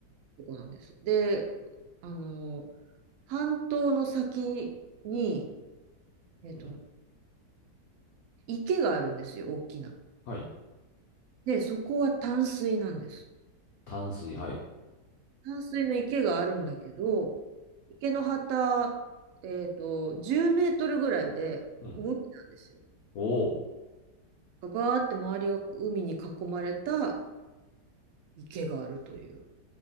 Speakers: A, on the right; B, on the left.
A: そこなんです。で、あの、半島の先に、えっと、
B: うん。
A: 池があるんですよ、大きな。
B: はい。
A: で、そこは淡水なんです。
B: 淡水、はい。
A: 淡水の池があるんだけど、池の端、えっと、10メートルぐらいで海なんですよ。
B: うん。おお。
A: バーって周りが海に囲まれた池があるという